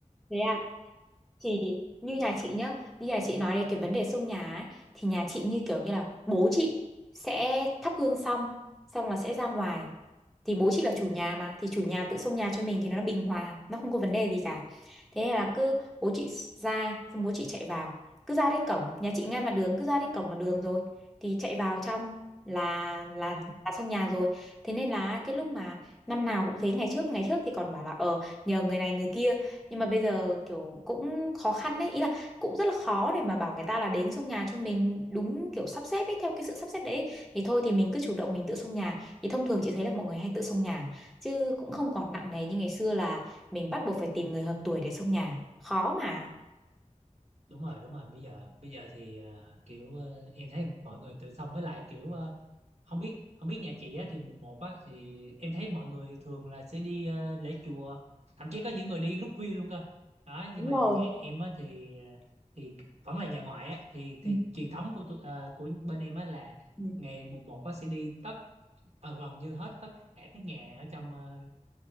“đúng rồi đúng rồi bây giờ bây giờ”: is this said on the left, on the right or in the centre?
Right